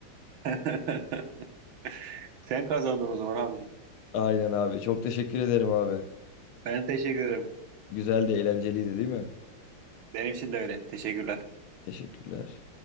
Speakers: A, on the right (about 70°); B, on the left (about 80°).
A: <laughs> Sen kazandın o zaman abiciğim.
B: Aynen abi. Çok teşekkür ederim abi.
A: Ben teşekkür ederim.
B: Güzel de eğlenceliydi değil mi?
A: Benim için de öyle. Teşekkürler.
B: Teşekkürler.